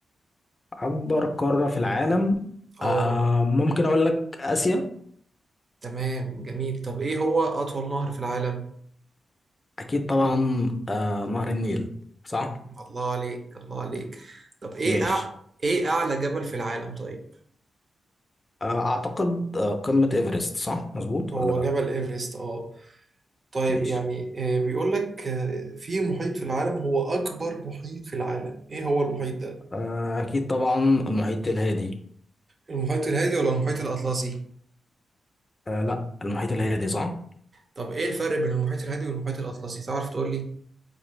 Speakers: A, on the left; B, on the right.
A: أكبر قارة في العالم
B: آه
A: أه ممكن أقول لك آسيا
B: تمام جميل طب إيه هو أطول نهر في العالم؟
A: أكيد طبعا أه نهر النيل صح
B: الله عليك الله عليك طب إيه
A: ماشي
B: أع... إيه أعلى جبل في العالم طيب؟
A: أه أعتقد آه، قمة إيفرست صح مظبوط
B: هو
A: ولا لأ؟
B: جبل إيفرست آه طيب
A: ماشي
B: يعني آه، بيقول لك آه، في محيط في العالم هو أكبر محيط في العالم إيه هو المحيط ده؟
A: آه، أكيد طبعا المحيط الهادي
B: المحيط الهادي ولا المحيط الأطلسي؟
A: آه لا المحيط الهادي صح؟
B: طب ايه الفرق بين المحيط الهادي والمحيط الاطلسي تعرف تقول لي